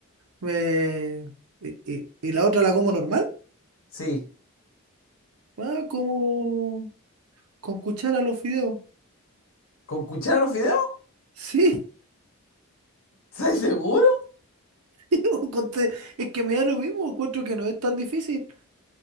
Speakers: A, on the right; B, on the left.
A: me... Y, y- y la otra la como normal?
B: Sí.
A: Ah, como con cuchara los fideos.
B: ¿Con cuchara los fideos?
A: Sí, <laughs>
B: <laughs> ¿Estás seguro?
A: sí, o con te- es que me da lo mismo, encuentro que no es tan difícil.